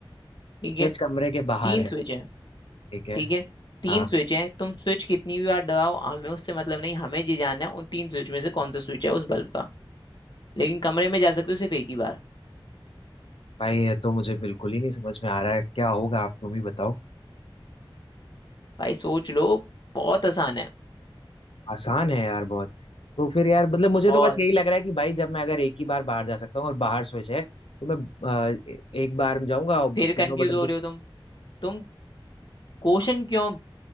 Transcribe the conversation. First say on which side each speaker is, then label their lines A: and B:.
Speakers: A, on the left; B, on the left.
A: ठीक
B: स्विच
A: है
B: कमरे के बाहर
A: तीन
B: है
A: स्विच है
B: ठीक है
A: ठीक है तीन
B: हाँ
A: स्विच है तुम स्विच कितनी भी बार दबाओ हमें उससे मतलब नहीं हमें ये जानना है उन तीन स्विच में से कौन सा स्विच है उस बल्ब का लेकिन कमरे में जा सकते हो सिर्फ एक ही बार
B: भाई ये तो मुझे बिल्कुल ही नहीं समझ में आ रहा है क्या होगा आप तुम ही बताओ
A: भाई सोच लो बहुत आसान है
B: आसान है यार बहुत तो फिर यार मतलब मुझे
A: बहुत
B: तो बस यही लग रहा है कि भाई जब मैं अगर एक ही बार बाहर जा सकता हूँ और बाहर स्विच है तो मैं अ, ए- एक बार में जाऊंगा और
A: फिर
B: तीनों
A: कंफ्यूज
B: बटन
A: हो
B: को
A: रहे हो तुम तुम क्वेश्चन क्यों